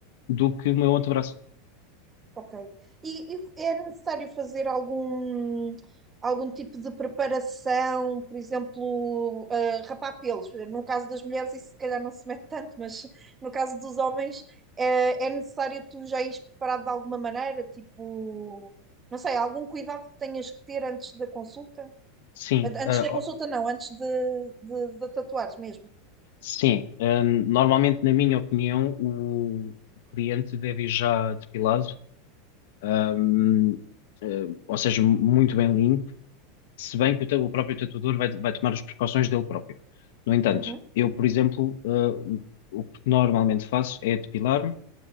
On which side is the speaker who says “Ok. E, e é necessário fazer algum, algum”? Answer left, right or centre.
Right